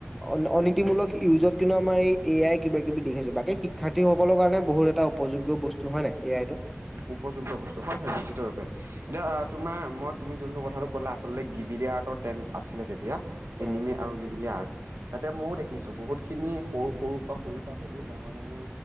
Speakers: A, in the centre; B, on the right.
A: অন অনীতিমূলক ইউজত কিন্তু আমাৰ এই এ আই কিবাকিবি <unintelligible> বাকী, শিক্ষাৰ্থীসকলৰ কাৰণে বহুত এটা উপ উপযোগ্য বস্তু হয় নাই এ আইটো?
B: উপযোগ্য বস্তু হয় হয় নিশ্চিতৰূপে। এতিয়া আ, তোমাৰ মই তুমি যোনটো কথাটো ক'লা আচলতে গিবিলি আৰ্টৰ ট্ৰেণ্ড আছিলে তেতিয়া।
A: উম
B: এনিমিয়া আৰু গিবিলি আৰ্ট। তাতে মইও দেখিছোঁ বহুতখিনি সৰু সৰু পা সৰু পাহে বহুত ডাঙৰ ডাঙৰ